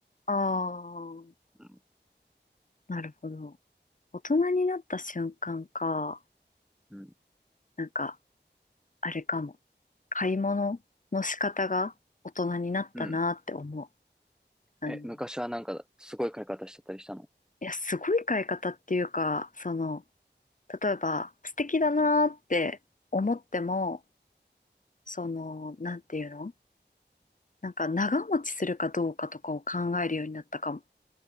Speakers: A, on the left (about 45°); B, in the centre.
A: ああー。
B: な。うん。
A: なるほど。大人になった瞬間か、
B: うん。
A: なんか、あれかも。買い物の仕方が大人になったなって思う。
B: うん
A: あの、
B: え、昔はなんかすごい買い方してたりしたの
A: いや、すごい買い方っていうか、その、例えば、素敵だなーって思っても、その、なんていうのなんか長持ちするかどうかとかを考えるようになったかも。